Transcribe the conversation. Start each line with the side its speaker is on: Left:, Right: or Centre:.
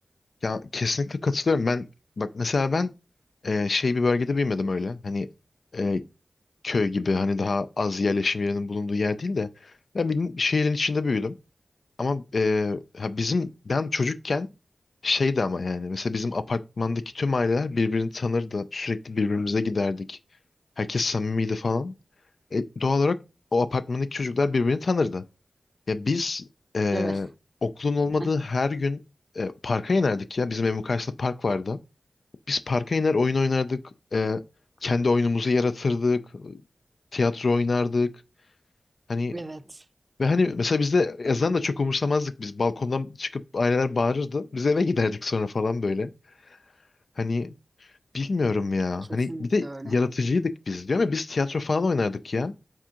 Left: Ya kesinlikle katılıyorum. Ben bak mesela ben e, şey bir bölgede büyümedim öyle. Hani e, köy gibi hani daha az yerleşim yerinin bulunduğu yer değil de ben bir şehrin içinde büyüdüm. Ama e, ha bizim ben çocukken şeydi ama yani mesela bizim apartmandaki tüm aileler birbirini tanırdı. Sürekli birbirimize giderdik. Herkes samimiydi falan. E, doğal olarak o apartmandaki çocuklar birbirini tanırdı. Ya biz e,
Right: Evet.
Left: okulun olmadığı
Right: <laughs>
Left: her gün e, parka inerdik ya. Bizim evin karşısında park vardı. Biz parka iner oyun oynardık. E, kendi oyunumuzu yaratırdık. Tiyatro oynardık. Hani
Right: Evet.
Left: ve hani mesela bizde yazdan da çok umursamazdık biz. Balkondan çıkıp aileler bağırırdı. Biz eve giderdik sonra falan böyle. Hani bilmiyorum ya.
Right: Kesinlikle
Left: Hani bir de
Right: öyle.
Left: yaratıcıydık biz diyor ama biz tiyatro falan oynardık ya.